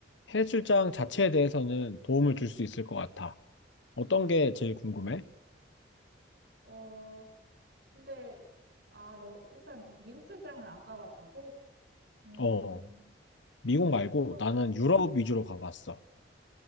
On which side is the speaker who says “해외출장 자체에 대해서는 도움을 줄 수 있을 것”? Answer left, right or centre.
Left